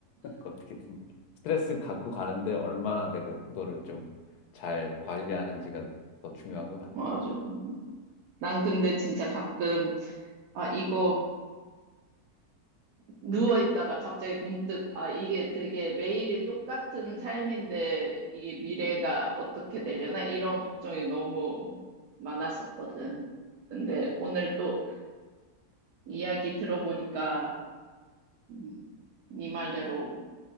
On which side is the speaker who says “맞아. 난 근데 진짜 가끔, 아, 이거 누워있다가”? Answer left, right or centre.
Right